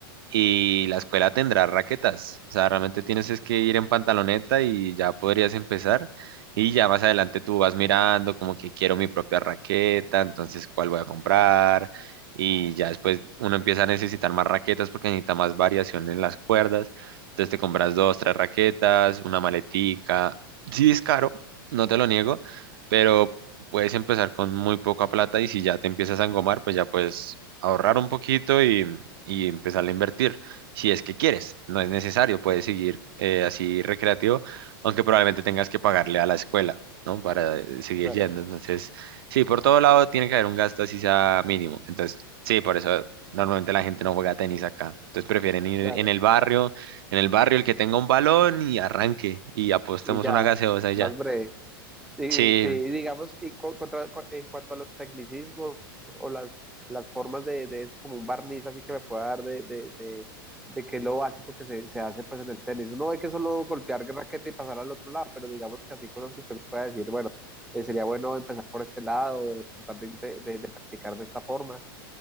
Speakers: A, on the right; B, in the centre.
A: y la escuela tendrá raquetas. O sea, realmente tienes es que ir en pantaloneta y ya podrías empezar. Y ya más adelante tú vas mirando como que quiero mi propia raqueta, entonces cuál voy a comprar. Y ya después uno empieza a necesitar más raquetas porque necesita más variación en las cuerdas. Entonces te compras dos, tres raquetas, una maletica. Sí es caro, no te lo niego, pero puedes empezar con muy poca plata y si ya te empiezas a engomar, pues ya puedes ahorrar un poquito y y empezar a invertir. Si es que quieres, no es necesario, puedes seguir eh, así recreativo, aunque probablemente tengas que pagarle a la escuela, ¿no? Para eh, seguir
B: claro,
A: yendo. Entonces, sí, por todo lado tiene que haber un gasto así sea mínimo. Entonces, sí, por eso normalmente la gente no juega tenis acá. Entonces prefieren ir
B: claro,
A: en el barrio, en el barrio el que tenga un balón y arranque y apostemos
B: y ya,
A: una gaseosa y
B: más
A: ya.
B: breve. Eh,
A: Sí,
B: sí, digamos, y co- contra- co- en cuanto a los tecnicismos o las, las formas de, de eso, como un barniz así que me pueda dar de, de, de, de que es lo básico que se, se hace pues en el tenis. Uno ve que es solo golpear raqueta y pasar al otro lado, pero digamos que así cosas que usted me pueda decir, bueno, eh, sería bueno empezar por este lado, o tratar de, de, de- practicar de esta forma.